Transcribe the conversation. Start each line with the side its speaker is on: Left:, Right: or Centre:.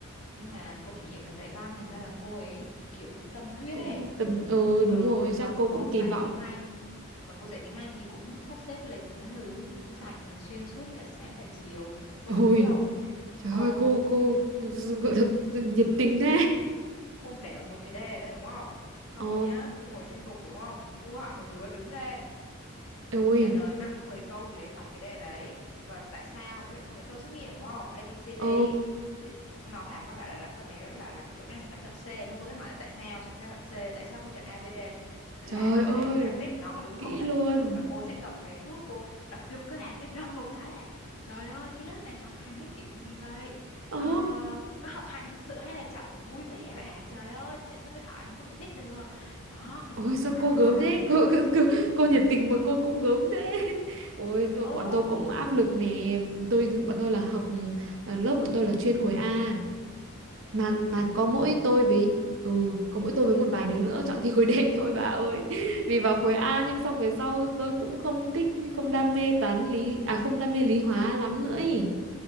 Left: nhưng mà cô chủ nhiệm là dạy văn thành ra là cô ấy kiểu cũng tâm huyết
Right: cũng
Left: ấy
Right: tầm ờ đúng
Left: ừ
Right: rồi chắc
Left: còn
Right: cô cũng
Left: cô
Right: kỳ
Left: dạy
Right: vọng.
Left: tiếng Anh còn cô dạy tiếng Anh thì cũng sắp xếp lịch những thứ thì cũng dạy ừ, xuyên suốt cả sáng cả chiều xong
Right: ui
Left: rồi bà biết không
Right: trời
Left: cô
Right: ơi cô cô gọi là nhiệt tình thế.
Left: cô để một cái đề ra đúng không xong
Right: Ờ
Left: rồi nhá cô ngồi trên bục đúng không cô gọi một đứa đứng lên
Right: ui,
Left: trả lời 5 10 câu gì đấy dọc cái đề đấy và tại sao ví dụ có mấy câu trắc nghiệm đúng không A B C D
Right: Ờ
Left: nó bảo con bảo là, là con bé đó nó bảo là cái chỗ này là chọn C xong cô sẽ hỏi là tại sao tại sao chọn C tại sao không chọn A B D là
Right: trời
Left: nó sẽ
Right: ơi
Left: phải đứng giải thích nó có đứng không
Right: kỹ
Left: giải
Right: luôn.
Left: thích được là cô sẽ cầm cái thước cô đập vô cái bàn cái râm một cái là trời ơi cái lớp này học hành cái kiểu gì vậy
Right: Ồ
Left: ờ, có học hành thực sự hay là chọn vui vẻ vậy hả trời ơi tại sao tôi hỏi mà không giải thích được đó thôi
Right: Ôi
Left: cô cứ
Right: sao
Left: rầm rầm
Right: cô gớm
Left: rầm
Right: thế
Left: rầm vậy
Right: cô,
Left: đó bà
Right: cô, cô, cô nhiệt
Left: <laughs>
Right: tình mà cô cũng gớm thế Ôi tôi
Left: ừ
Right: bọn tôi cũng áp lực nè tôi Bọn tôi là học à, Lớp bọn tôi là chuyên khối A
Left: Ừ,
Right: Mà mà có mỗi tôi với Ừ có mỗi tôi với một vài đứa nữa Chọn thi khối D <laughs> thôi bà ơi <laughs> Vì vào khối A nhưng xong về sau Tôi cũng không thích Không đam mê toán lý À không đam mê lý hóa lắm nữa ý